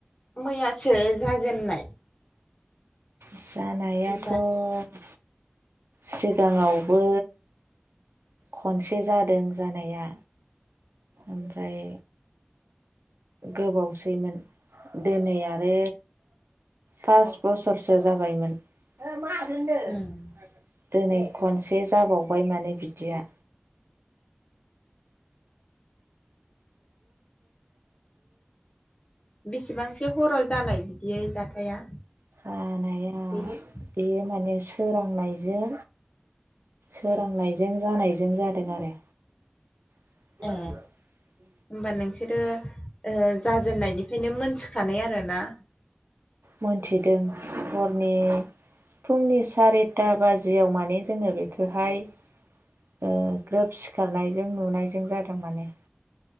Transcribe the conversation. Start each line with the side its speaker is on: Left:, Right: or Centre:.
Left: मैयासो जाजेननाय
Right: जानायाथ'
Left: दा
Right: सिगाङावबो खनसे जादों जानाया ओमफ्राय गोबावसैमोन दोनै आरो पास बसरसो जाबायमोन <unintelligible>
Left: उम,
Right: दोनै खनसे जाबावबाय माने बिदिया
Left: बिसेबांसो हराव जानाय बिदि जाथाया
Right: जानाया
Left: उम
Right: बेयो माने सोरांनायजों सोरांनायजों जानायजों जादों आरो <unintelligible>
Left: ए होमबा नोंसोरो ओ जाजेननायनिफ्रायनो मोनथिखानाय आरो ना?
Right: मोनथिदों हरनि फुंनि सारिता बाजियाव माने जोङो बेखोहाय ओ ग्रोब सिखारनायजों नुनायजों जादों माने